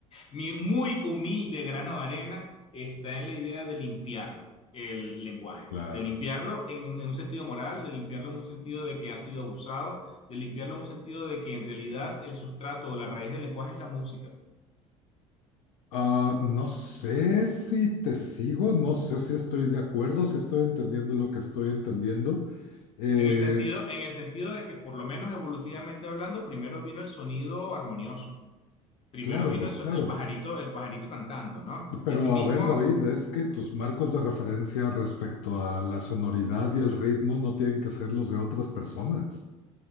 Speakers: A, on the left; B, on the left.
A: Mi muy humilde grano de arena está en la idea de limpiar el lenguaje,
B: claro.
A: de limpiarlo en, en un sentido moral, de limpiarlo en un sentido de que ha sido abusado, de limpiarlo en un sentido de que en realidad el sustrato o la raíz del lenguaje es la música.
B: Ah, no sé si te sigo, no sé si estoy de acuerdo, si estoy entendiendo lo que estoy entendiendo. Eh,
A: En el sentido, en el sentido de que por lo menos evolutivamente hablando, primero vino el sonido armonioso, primero
B: claro,
A: vino el, so-
B: claro.
A: el pajarito, el pajarito cantando, ¿no? Y
B: Pero
A: asimismo,
B: a ver, David, es que tus marcos de referencia respecto a la sonoridad y el ritmo no tienen que ser los de otras personas.